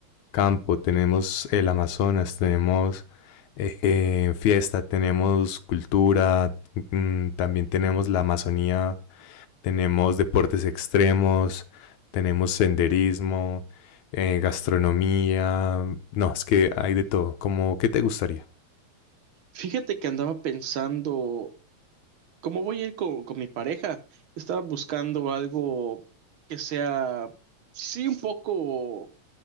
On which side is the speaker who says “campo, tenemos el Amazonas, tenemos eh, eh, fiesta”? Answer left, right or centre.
Left